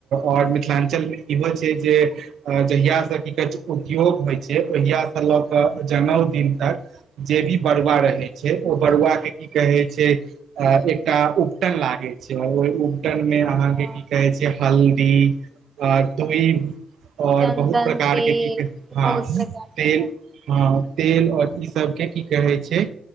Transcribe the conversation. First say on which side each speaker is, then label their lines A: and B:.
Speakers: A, on the right; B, on the right.
A: और मिथलाञ्चल में इहो छै जे अ जहिया स की कऐ छै उद्योग होइ छै ओहिया स लऽ कऽ जनौ दिन तक जे भी बरुवा रहै छै ओ बरुवा के की कहे छै अ एकटा उबटन लागै छै और ओइ उबटन में आं अहाँके
B: हँ
A: की कहै छै हल्दी आ तोई और
B: चन्दन
A: बहुत प्रकार
B: तेल
A: के की कैह, हँ
B: बहुत
A: तेल
B: प्रकार के
A: हँ तेल और सबके की कहै छै